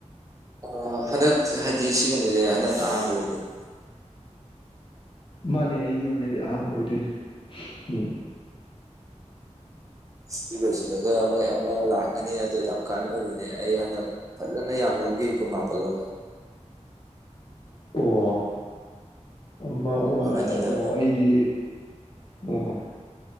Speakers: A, on the right; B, on the left.
A: ꯑ ꯍꯟꯗꯛ ꯍꯥꯏꯗꯤ ꯁꯤꯒꯨꯝꯕꯁꯦ ꯍꯟꯗꯛꯅ ꯑꯍꯥꯟꯕ ꯑꯣꯏꯗꯣꯏ
B: ꯃꯥꯅꯦ ꯑꯩꯒꯤ ꯑꯣꯏꯅꯗꯤ ꯑꯍꯥꯟꯕ ꯑꯣꯏꯗꯣꯏꯅꯦ ꯎꯝ
A: ꯤꯁꯤ ꯃꯣꯏ ꯑꯃ ꯂꯥꯛꯀꯅꯤ ꯑꯗꯨ ꯌꯥꯝ ꯀꯥꯟꯅꯕꯅꯦ ꯑꯩ ꯍꯟꯗꯛ ꯐꯖꯅ ꯌꯥꯝ ꯂꯧꯈꯤ ꯀꯨꯟ ꯃꯥꯄꯜ ꯂꯧꯔ
B: ꯑꯣ ꯑꯃ ꯑꯣ
A: ꯄꯥꯎꯟ
B: ꯂꯥꯛꯑꯦꯕ
A: ꯑꯅꯤꯗ
B: ꯑꯣ ꯑꯩꯗꯤ ꯑꯣ